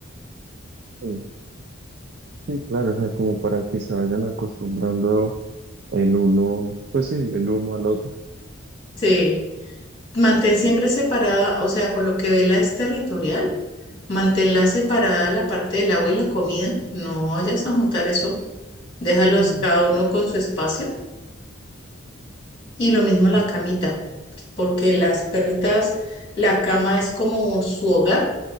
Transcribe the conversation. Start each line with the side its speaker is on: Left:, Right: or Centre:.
Right: sí, sí, claro, o sea, como para que se vayan acostumbrando el uno, pues sí, el uno al otro.
Left: Sí, mantén siempre separada, o sea, por lo que Vela es territorial, manténla separada la parte del agua y la comida, no vayas a juntar eso, déjalos
Right: Mm.
Left: cada uno con su espacio. Y lo mismo la
Right: Sí,
Left: camita, porque las perritas, la cama es como su hogar,